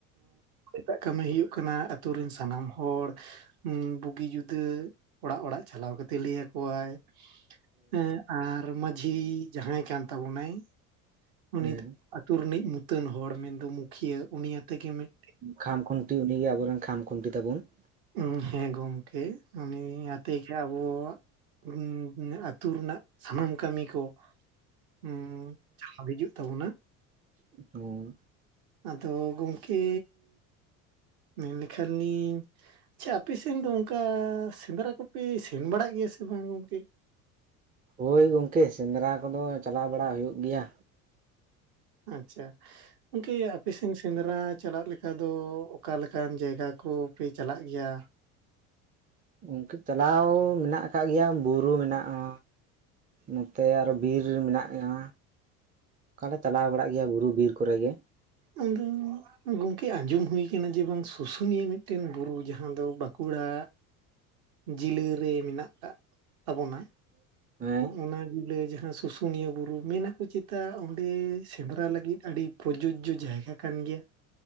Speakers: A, on the right; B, on the right.
A: ᱮᱴᱟᱜ ᱠᱟᱹᱢᱤ ᱦᱩᱭᱩᱜ ᱠᱟᱱᱟ ᱟᱛ ᱛᱩ ᱨᱮᱱ ᱥᱟᱱᱟᱢ ᱦᱚᱲ ᱩᱸ ᱵᱩᱜᱤ ᱡᱩᱫᱟᱹ ᱚᱲᱟᱜ ᱚᱲᱟᱜ ᱪᱟᱞᱟᱣ ᱠᱟᱛᱮ ᱞᱟᱹᱭ ᱟᱠᱚᱣᱟᱭ ᱮᱸ ᱟᱨ ᱢᱟᱹᱡᱷᱤ ᱡᱟᱦᱟᱸᱭ ᱠᱟᱱ ᱛᱟᱵᱚᱱᱟᱭ ᱩᱱᱤ
B: ᱦᱮᱸ
A: ᱫᱚ ᱟᱛᱩ ᱨᱤᱱᱤᱡ ᱢᱩᱛᱟᱹᱱ ᱦᱚᱲ ᱢᱮᱱ ᱫᱚ ᱢᱩᱠᱷᱤᱭᱟᱹ ᱩᱱᱤ ᱟᱛᱮ ᱜᱮ ᱢᱤᱫ
B: ᱠᱷᱟᱢ ᱠᱷᱩᱱᱴᱤ ᱩᱱᱤᱜᱮ ᱟᱵᱚᱨᱮᱱ ᱠᱷᱟᱢ ᱠᱷᱩᱱᱴᱤ ᱛᱟᱵᱩᱱ ᱾
A: ᱩᱸ ᱦᱮᱸ ᱜᱚᱢᱠᱮ ᱩᱱᱤ ᱟᱛᱮ ᱪᱮ ᱟᱵᱚ ᱩᱸ ᱟᱛᱹᱩ ᱨᱮᱱᱟᱜ ᱥᱟᱱᱟᱢ ᱠᱟᱹᱢᱤ ᱠᱚ ᱦᱩᱸ ᱪᱷᱟᱣ ᱦᱤᱡᱩᱜ ᱛᱟᱵᱚᱱᱟ
B: <unintelligible>
A: ᱟᱫᱚ ᱜᱚᱝᱠᱮ ᱢᱮᱱ ᱞᱮᱠᱷᱟᱱ ᱞᱤᱧ ᱟᱪᱪᱷᱟ ᱟᱯᱮ ᱥᱮᱱ ᱫᱚ ᱚᱱᱠᱟ ᱥᱮᱸᱫᱽᱨᱟ ᱠᱚᱯᱮ ᱥᱮᱱ ᱵᱟᱲᱟᱜ ᱜᱮᱭᱟ ᱥᱮ ᱵᱟᱝ ᱜᱚᱝᱠᱮ?
B: ᱦᱳᱭ ᱜᱚᱝᱠᱮ ᱥᱮᱸᱫᱽᱨᱟ ᱠᱚᱫᱚ ᱪᱟᱞᱟᱣ ᱵᱟᱲᱟ ᱦᱩᱭᱩᱜ ᱜᱮᱭᱟ᱾
A: ᱟᱪᱪᱷᱟ ᱜᱚᱝᱠᱮ ᱟᱯᱮ ᱥᱮᱱ ᱥᱮ ᱥᱮᱸᱫᱽᱨᱟ ᱪᱟᱞᱟᱜ ᱞᱮᱠᱟ ᱫᱚ ᱚᱠᱟ ᱞᱮᱠᱟᱱ ᱡᱟᱭᱜᱟ ᱠᱚᱯᱮ ᱪᱟᱞᱟᱜ ᱜᱮᱭᱟ?
B: ᱜᱚᱝᱠᱮ ᱪᱟᱞᱟᱣ ᱢᱮᱱᱟᱜ ᱟᱠᱟᱜ ᱜᱮᱭᱟ ᱵᱩᱨᱩ ᱢᱮᱱᱟᱜ-ᱟ᱾ ᱱᱚᱛᱮ ᱟᱨᱚ ᱵᱤᱨ ᱨᱮ ᱢᱮᱱᱟᱜ-ᱟ ᱚᱠᱟᱞᱮ ᱪᱟᱞᱟᱣ ᱵᱟᱲᱟᱜ ᱜᱮᱭᱟ ᱵᱩᱨᱩ ᱵᱤᱨ ᱠᱚᱨᱮ ᱜᱮ
A: ᱟᱸᱫᱚ <unintelligible> ᱜᱚᱝᱠᱮ ᱟᱸᱡᱚᱢ ᱦᱩᱭ ᱟᱠᱟᱱᱟ ᱡᱮ ᱵᱟᱝ ᱥᱩᱥᱩᱱᱤᱭᱟᱹ ᱢᱤᱫᱴᱮᱱ ᱵᱩᱨᱩ ᱡᱟᱦᱟᱸ ᱫᱚ ᱵᱟᱸᱠᱩᱲᱟ ᱡᱮᱞᱟᱹ ᱨᱮ ᱢᱮᱱᱟᱜ ᱠᱟᱜ ᱛᱟᱵᱚᱱᱟ
B: ᱦᱮᱸ
A: ᱚᱱᱟ ᱡᱤᱞᱟᱹ ᱡᱟᱦᱟᱸ ᱥᱩ ᱥᱩᱥᱩᱱᱤᱭᱟᱹ ᱵᱩᱨᱩ ᱢᱮᱱᱟ ᱠᱚ ᱪᱮᱫᱟ ᱚᱸᱰᱮ ᱥᱮᱸᱫᱽᱨᱟ ᱞᱟᱹᱜᱤᱫ ᱟᱹᱰᱤ ᱯᱨᱚᱡᱳᱡᱚ ᱡᱳᱡ ᱡᱟᱭᱜᱟ ᱠᱟᱱ ᱜᱮᱭᱟ